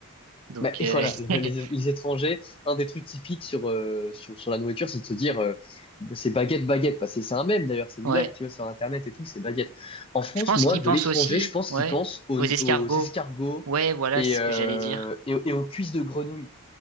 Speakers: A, on the right; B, on the left.
A: Donc,
B: Ben, et
A: euh,
B: <laughs> voilà, le-
A: <laughs>
B: les, les étrangers, un des trucs typiques sur, euh, sur, sur la nourriture, c'est de se dire euh, c'est baguette, baguette. Parce que c'est un mème d'ailleurs, c'est une
A: ouais.
B: blague, tu vois, sur Internet et tout, c'est baguette. En France,
A: Je pense
B: moi,
A: qu'ils
B: de
A: pensent
B: l'étranger,
A: aussi,
B: je pense
A: ouais,
B: qu'ils pensent aux,
A: aux escargots.
B: aux escargots
A: Ouais, voilà
B: et,
A: c'est
B: euh,
A: ce que j'allais dire.
B: et, aux et aux cuisses de grenouille.